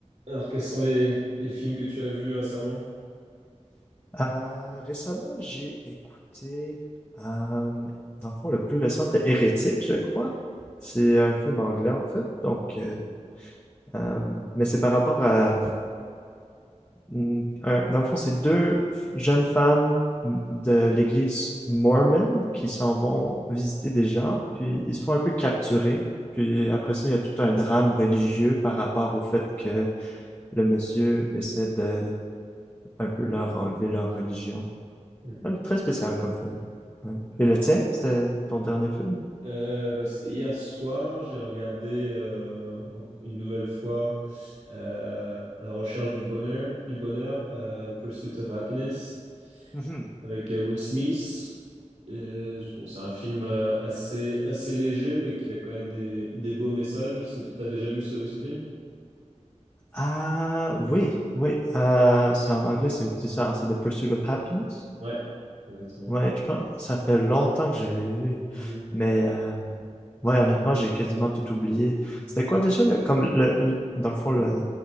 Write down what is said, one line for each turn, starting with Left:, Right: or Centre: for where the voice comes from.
Right: Alors, quels sont les, les films que tu as vus récemment?
Left: Euh, récemment, j'ai écouté, euh, dans le fond, le plus récent, c'était Hérétique, je crois. C'est un film anglais, en fait. Donc, euh, euh, mais c'est par rapport à, mm, un- dans le fond, c'est deux f- jeunes femmes mm, de l'église mormon qui s'en vont visiter des gens, puis ils se font un peu capturer. Puis après ça, il y a tout un drame religieux par rapport au fait que le monsieur essaie de un peu leur enlever leur religion.
Right: Mhm,
Left: Ouais, très spécial comme film. Ouais.
Right: D'accord.
Left: Et le tien, c'était ton dernier film?
Right: Euh, bah, c'était hier soir, j'ai regardé euh, en- une nouvelle fois euh, La recherche du bonheur, du bonheur, euh, Pursuit of Happiness,
Left: Mhm.
Right: avec euh, Will Smith. Et, bon, c'est un film euh, assez, assez léger, mais qui a quand même des, des beaux messages. Est-ce que tu as déjà vu ce, ce film?
Left: Ah, oui, oui. Euh, c'est en anglais, c'est c'est ça, hein, c'est The Pursuit of Happiness.
Right: Ouais, exactement.
Left: Ouais, je pense, ça fait longtemps que je l'ai vu.
Right: Mhm,
Left: Mais, euh, ouais, honnêtement, j'ai quasiment tout oublié. C'était
Right: mhm.
Left: quoi déjà, le- comme, le, le- dans le fond, le,